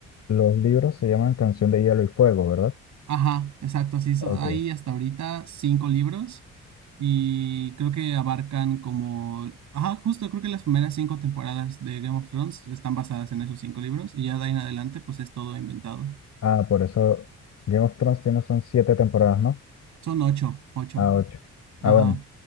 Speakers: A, on the left (about 60°); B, on the right (about 70°).
A: Los libros se llaman Canción de Hielo y Fuego, ¿verdad?
B: Ajá, exacto, sí, so-
A: Ok.
B: hay hasta ahorita cinco libros y creo que abarcan como, ajá, justo creo que las primeras cinco temporadas de Game of Thrones están basadas en esos cinco libros y ya de ahí en adelante pues es todo inventado.
A: Ah, por eso Game of Thrones tiene son siete temporadas, ¿no?
B: Son ocho, ocho.
A: Ah, ocho.
B: Ajá.
A: Ah, bueno.